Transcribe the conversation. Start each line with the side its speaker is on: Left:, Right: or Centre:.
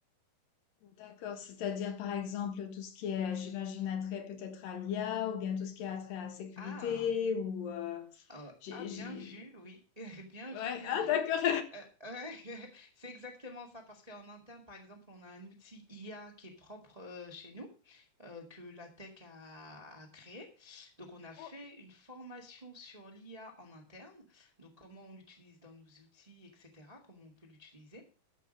Left: D'accord, c'est-à-dire par exemple tout ce qui est, j'imagine, attrait peut-être à l'IA ou bien tout ce qui est attrait à la sécurité
Right: Ah!
Left: ou... euh,
Right: Euh,
Left: j'ai,
Right: ah, bien
Left: j'ai-
Right: vu, oui, <laughs> bien
Left: Ouais,
Right: vu, bien
Left: ah
Right: vu.
Left: d'accord.
Right: Euh, ouais, <laughs> c'est exactement ça, parce qu'en interne, par exemple, on a un outil IA qui est propre euh, chez nous, euh, que la tech a, a créé. Donc, on a fait
Left: <laughs>
Right: une formation sur l'IA en interne, donc comment on l'utilise dans nos outils, etc., comment on peut l'utiliser.